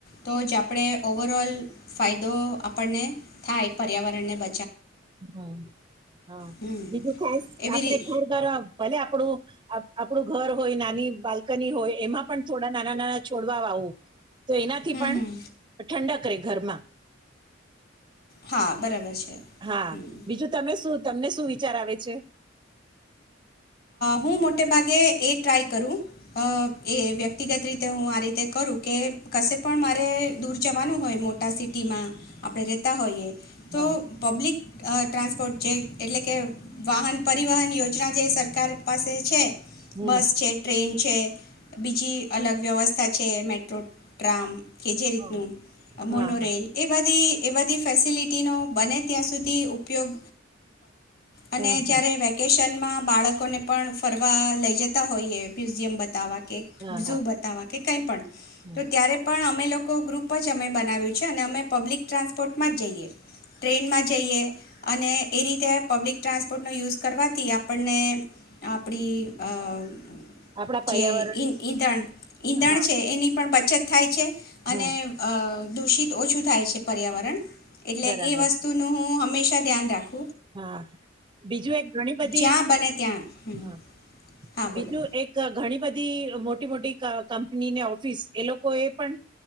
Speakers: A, on the left; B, on the right.
A: તો જ આપણે ઓવરઓલ ફાયદો આપણને થાય પર્યાવરણને બ
B: હા હા
A: હમ
B: બીજું ખાસ
A: એવી
B: આપડ
A: રી
B: ઘર ઘર ભલે આપડું... આપણું ઘર હોય નાની બાલ્કની હોય એમાં પણ થોડા નાના નાના છોડવા આવું. તો એનાથી
A: હમ
B: પણ
A: હમ
B: ઠંડક... ઘર માં.
A: હા બરાબર છે.
B: હા
A: હમ
B: બીજું તમે શું તમને શું વિચાર આવે છે.
A: હું મોટે ભાગે એ ટ્રાય કરું એ વ્યક્તિગત રીતે હું આ રીતે કરું કે કશે પણ મારે દૂર જવાનું હોય મોટા સિટીમાં આપણે રહેતા હોઈએ. તો
B: હા
A: પબ્લિક ટ્રાસપોર્ટ... એટલે કે વાહન પરિવહન યોજના જે સરકાર... સરકાર પાસે છે.
B: હમ
A: બસ છે ટ્રેન છે બીજી અલગ વ્યવસ્થ છે મેટ્રો. ટ્રામ કે જે રીતનું
B: હા હા
A: મોનો રેલ એ બધી... એ બધી ફેસિલિટીનો બને ત્યાં સુધી ઉપયોગ.. અને
B: હમ હમ.
A: જયારે વેકશન બા બાળક લોકોને પણ ફરવા લઈ જતા હોઈએ મ્યુઝિયમ બતાવવા. એકઝૂ
B: હા હા
A: બતાવા. કે કંઈ પણ.
B: હમ.
A: તો ત્યારે પણ અમે લોકો ગ્રુપ જ અમે બનાવ્યું છે અને અમે પબ્લિક ટ્રાન્સપોર્ટમાં જઈએ ટ્રેનમાં જઈએ અને એ રીતે પબ્લિક ટ્રાન્સપોર્ટનો યુઝ કરવાથી આપણને- આપડી આ-
B: આપણા પર્યાવરણ
A: જે ઈંધણ ઈંધણ
B: હા
A: છે એની પણ છ થાય છે. અને
B: હમ
A: અ. દૂષિત ઓછું થાય છે પર્યાવરણ એટલે
B: બરાબર
A: એ વસ્તુનું હું હંમેશ... અ ધ્યાન રાખ
B: હા બીજું એક ઘણી બધી
A: જ્યાં બને ત્યાં હમ
B: હા
A: હા બોલો
B: બીજું એક ઘણી બધી એલો મોટી મોટી ક કંપનીને ઓફિસ એ લોકોએ પણ